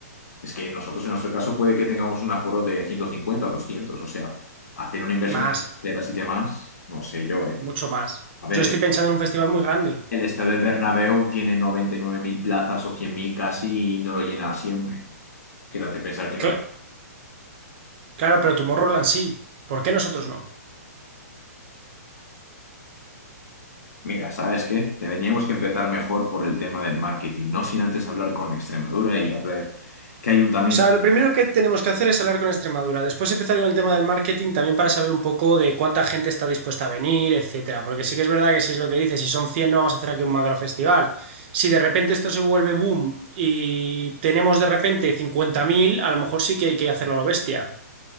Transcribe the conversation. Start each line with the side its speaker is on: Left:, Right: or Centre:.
Left: Es que nosotros en nuestro caso puede que tengamos un aforo de 150, 200, o sea, hacer una inversión
Right: Más,
Left: de carreteras y demás, no sé yo, ¿eh?
Right: mucho más.
Left: A ver,
Right: Yo estoy pensando
Left: el
Right: en un festival muy grande.
Left: el estadio del Bernabéu tiene 99.000 plazas o 100.000 casi y no lo llena siempre. Quédate pensar que no
Right: Cla- claro, pero Tomorrowland sí. ¿Por qué nosotros no?
Left: Mira, ¿sabes qué? Tendríamos que empezar mejor por el tema del marketing, no sin antes hablar con Extremadura y hablar qué ayuntamiento.
Right: O sea, lo primero que tenemos que hacer es hablar con Extremadura. Después empezar con el tema del marketing también para saber un poco de cuánta gente está dispuesta a venir, etcétera. Porque sí que es verdad que si es lo que dices, si son 100 no vamos a hacer aquí un macro festival. Si de repente esto se vuelve boom y tenemos de repente 50.000 a lo mejor sí que hay que hacerlo a lo bestia,